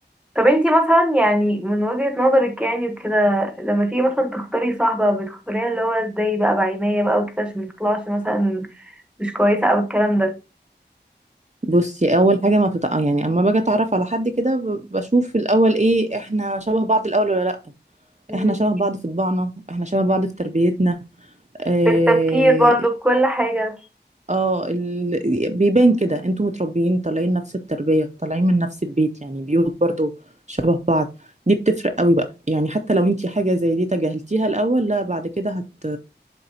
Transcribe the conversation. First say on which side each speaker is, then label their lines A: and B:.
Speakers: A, in the centre; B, on the right (about 40°).
A: طب انتي مثلا يعني من وجهه نظرك يعني وكده لما تيجي مثلا تختاري صاحبه بتختاريها اللي هو ازاي بقى بعناية بقى وكده عشان ما تطلعش مثلا مش كويسه او الكلام
B: بصي اول حاجه ما بتتع... يعني اما باجي اتعرف على حد كده ب- بشوف في الاول ايه احنا شبه بعض الاول ولا لا
A: ده
B: احنا شبه بعض في طباعنا احنا شبه بعض في تربيتنا اه,
A: بالتفكير برضو بكل حاجة
B: آه ال... بيبان كده انتوا متربيين طالعين نفس التربيه طالعين من نفس البيت يعني بيوت برضو شبه بعض دي بتفرق قوي بقى يعني حتى لو انتي حاجه زي دي تجاهلتيها الاول لا بعد كده هت